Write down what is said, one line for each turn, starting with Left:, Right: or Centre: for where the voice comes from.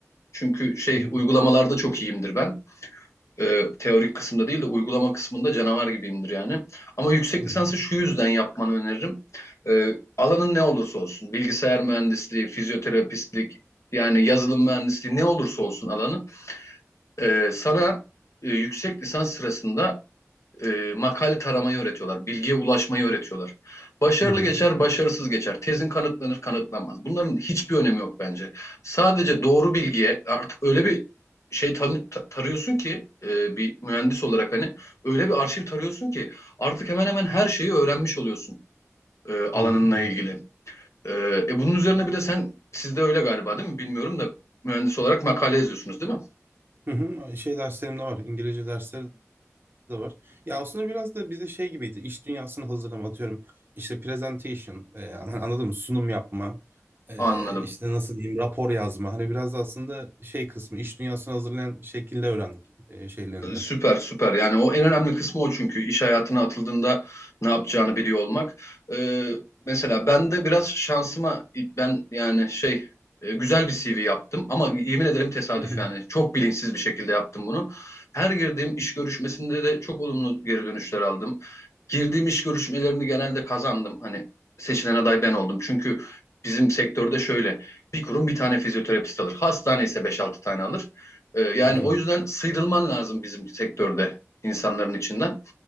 Left: çünkü şey
Right: Hı hı.
Left: uygulamalarda çok iyiyimdir ben. E, teorik kısımda değil de uygulama kısmında canavar gibiyimdir yani. Ama yüksek
Right: Hı hı.
Left: lisansı şu yüzden yapmanı öneririm. E, alanın ne olursa olsun, bilgisayar mühendisliği, fizyoterapistlik, yani yazılım mühendisliği ne olursa olsun alanı. Ee, sana e, yüksek lisans sırasında e, makale taramayı öğretiyorlar, bilgiye ulaşmayı öğretiyorlar. Başarılı
Right: Hı hı.
Left: geçer, başarısız geçer. Tezin kanıtlanır, kanıtlanmaz. Bunların hiçbir önemi yok bence. Sadece doğru bilgiye artık öyle bir şey tan- ta- tarıyorsun ki e, bir mühendis olarak hani öyle bir arşiv tarıyorsun ki artık hemen hemen her şeyi öğrenmiş oluyorsun e, alanınla
Right: Hı hı.
Left: ilgili. E, e, bunun üzerine bir de sen sizde öyle galiba değil mi? Bilmiyorum da mühendis olarak makale yazıyorsunuz değil mi?
Right: Hı hı. Şey derslerim de var. İngilizce dersleri da var. Ya aslında biraz da bize şey gibiydi. İş dünyasını hazırlama atıyorum. İşte presentation, e, an- anladın mı? Sunum yapma, e,
Left: Anladım.
Right: işte nasıl diyeyim rapor yazma. Hani biraz da aslında şey kısmı iş dünyasını hazırlayan şekilde öğrendik e, şeylerinde.
Left: Ee, Süper süper yani o en önemli kısmı o çünkü iş hayatına atıldığında ne yapacağını biliyor olmak. Ee, mesela ben de biraz şansıma ben yani şey e, güzel bir CV yaptım ama yemin ederim tesadüf
Right: Hı hı.
Left: yani çok bilinçsiz bir şekilde yaptım bunu. Her girdiğim iş görüşmesinde de çok olumlu geri dönüşler aldım. Girdiğim iş görüşmelerini genelde kazandım hani seçilen aday ben oldum çünkü bizim sektörde şöyle bir kurum bir tane fizyoterapist alır hastane ise beş altı tane alır. Ee, yani
Right: Anladım.
Left: o yüzden sıyrılman lazım bizim sektörde insanların içinden.